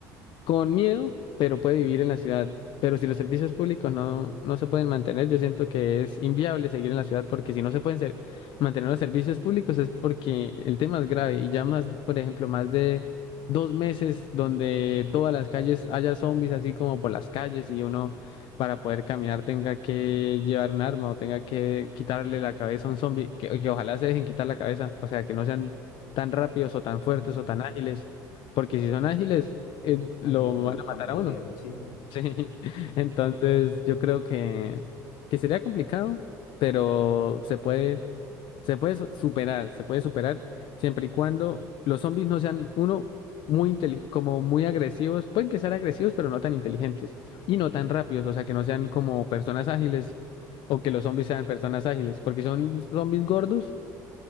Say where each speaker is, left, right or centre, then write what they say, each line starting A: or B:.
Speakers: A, on the left; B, on the left.
A: con miedo, pero puede vivir en la ciudad. Pero si los servicios públicos no, no se pueden mantener, yo siento que es inviable seguir en la ciudad porque si no se pueden ser- mantener los servicios públicos es porque el tema es grave y ya más, por ejemplo, más de dos meses donde todas las calles haya zombies así como por las calles y uno para poder caminar tenga que llevar un arma o tenga que quitarle la cabeza a un zombie, que, que ojalá se dejen quitar la cabeza, o sea, que no sean tan rápidos o tan fuertes
B: Mm,
A: o tan ágiles porque si son ágiles, eh,
B: Ahí
A: lo van
B: estamos
A: a matar
B: jodidos,
A: a uno. <laughs>
B: sí.
A: Sí.
B: eh,
A: Entonces, yo creo que, que sería complicado, pero se puede, se puede su- superar, se puede superar siempre y cuando los zombies no sean uno muy inteli- como muy agresivos, pueden que sean agresivos, pero no tan inteligentes y no tan rápidos, o sea, que no sean como personas ágiles o que los zombies sean personas ágiles, porque si son zombies gordos,